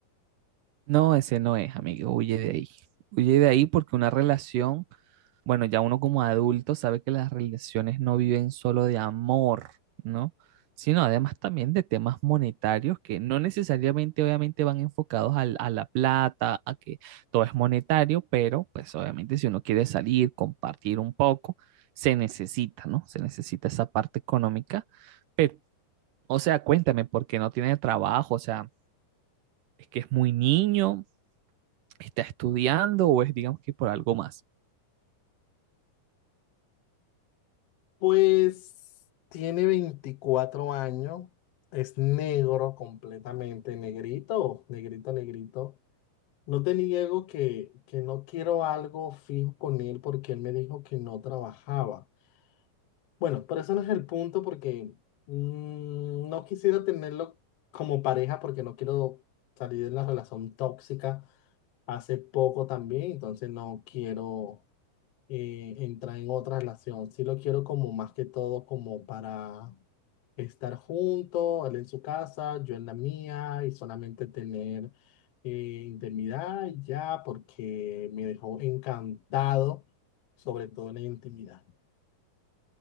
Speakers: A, on the right; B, on the left.
A: No, ese no es, amigo, huye de ahí. Huye de ahí porque una relación Bueno, ya uno como adulto sabe que las relaciones no viven solo de amor, ¿no? Sino además también de temas monetarios que no necesariamente obviamente van enfocados al- a la plata, a que todo es monetario, pero pues obviamente si uno quiere salir, compartir un poco, se necesita, ¿no? Se necesita esa parte económica. Pero, o sea, cuéntame, ¿por qué no tiene trabajo? O sea, ¿es que es muy niño, está estudiando o es digamos que por algo más?
B: Pues tiene 24 años, es negro completamente, negrito, negrito, negrito. No te niego que, que no quiero algo fijo con él porque él me dijo que no trabajaba. Bueno, pero eso no es el punto porque mm, no quisiera tenerlo como pareja porque no quiero salir de la relación tóxica hace poco también, entonces no quiero eh, entrar en otra relación. Sí lo quiero como más que todo como para estar juntos, él en su casa, yo en la mía y solamente tener eh, intimidad y ya porque me dejó encantado, sobre todo en la intimidad.